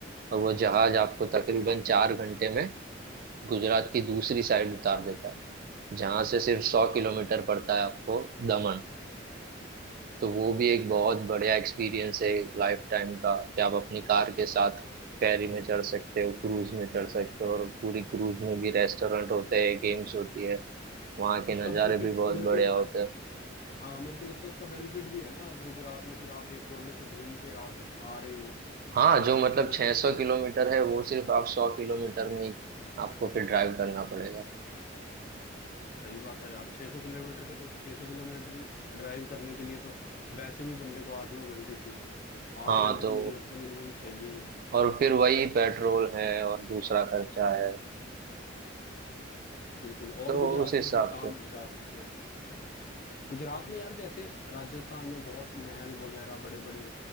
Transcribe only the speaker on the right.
और वो जहाज आपको तकरीबन चार घंटे में गुजरात की दूसरी साइड उतार देता है जहां से सिर्फ सौ किलोमीटर पड़ता है आपको दमन तो वो भी एक बहुत बढ़िया एक्सपीरियंस है लाइफ टाइम का कि आप अपनी कार के साथ फेरी में चढ़ सकते हो क्रूज में चढ़ सकते हो और पूरी क्रूज में भी रेस्टोरेंट होते हैं गेम्स होती है वहाँ के
नज़ारे
भी बहुत
बढ़िया
होते
हैं
हाँ
जो
मतलब
600 किलोमीटर है वो सिर्फ आप 100 किलोमीटर में ही आपको फिर ड्राइव करना पड़ेगा
हाँ
तो
और फिर वही पेट्रोल है और दूसरा खर्चा है
तो
उस हिसाब
से